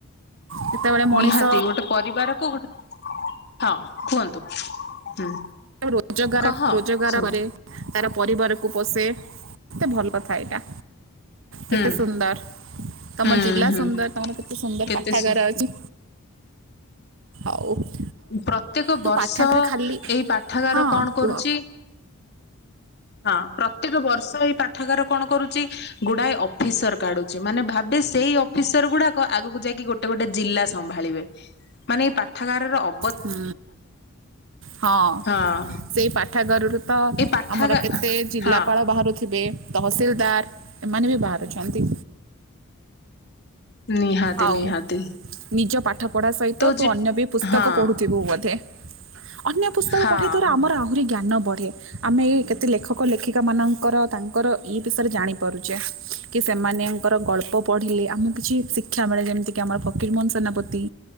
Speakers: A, on the right (about 60°); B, on the left (about 50°).
A: ଯେତେବେଳେ ମଣିଷ
B: ନିହାତି ଗୋଟେ ପରିବାର କୁ ଗୋଟେ ହଁ କୁହନ୍ତୁ। ହୁଁ।
A: ରୋଜଗାର
B: କହ
A: ରୋଜଗାର
B: ଶୁଣୁ
A: କରେ ତାର ପରିବାର କୁ ପୋଷେ ମତେ ଭଲ କଥା ଏଇଟା।
B: ହୁଁ
A: କେତେ ସୁନ୍ଦର ତମ
B: ହୁଁ
A: ଜିଲ୍ଲା
B: ହୁଁ
A: ସୁନ୍ଦର ତମର କେତେ ସୁନ୍ଦର
B: କେତେ
A: ପାଠାଗାର
B: ସୁ
A: ଅଛି। ଆଉ
B: ପ୍ରତ୍ୟେକ
A: ତୁ
B: ବର୍ଷ
A: ପାଠାଗାରେ ଖାଲି
B: ଏଇ ପାଠ ପାଠାଗାର
A: ହଁ
B: କଣ କରୁଛି
A: କୁହ
B: ହଁ। ପ୍ରତ୍ୟେକ ବର୍ଷ ଏଇ ପାଠାଗାର କଣ କରୁଛି ଗୁଡାଏ ଅଫିସର କାଢୁଛି ମାନେ ଭାବେ ସେଇ ଅଫିସର ଗୁଡାକ ଆଗକୁ ଯାଇକି ଗୋଟେ ଗୋଟେ ଜିଲ୍ଲା ସମ୍ଭାଳିବେ। ମାନେ ଏଇ ପାଠାଗାରର ଅ
A: ହ ହଁ
B: ହଁ
A: ସେଇ ପାଠାଗାରରୁ ତ
B: ଏଇ ପାଠାଗା
A: ଆମର କେତେ ଜିଲ୍ଲାପାଳ
B: ହଁ
A: ବାହାରୁଥିବେ। ତହସିଲଦାର ଏମାନେ ବି ବାହାରୁଛନ୍ତି।
B: ନିହାତି
A: ଆଉ
B: ନିହାତି
A: ନିଜ ପାଠ ପଢ଼ା ସହିତ
B: ତୋ
A: ତୁ
B: ଜି
A: ଅନ୍ୟ ବି ପୁସ୍ତକ
B: ହଁ
A: ପଢ଼ୁଥିବୁ ବୋଧେ ଅନ୍ୟ ପୁସ୍ତକ
B: ହଁ
A: ପଢ଼ିବା ଦ୍ୱାରା
B: ହଁ
A: ଆମର ଆହୁରି ଜ୍ଞାନ ବଢ଼େ। ଆମେ କେତେ ଲେଖକ ଲେଖିକା ମାନଙ୍କର ତାଙ୍କର ଇ ବିଷୟରେ ଜାଣିପାରୁଛେ କି ସେମାନଙ୍କର ଗଳ୍ପ ପଢ଼ିଲେ ଆମକୁ କିଛି ଶିକ୍ଷା ମିଳେ ଯେମିତିକି ଆମର ଫକୀର ମୋହନ ସେନାପତି।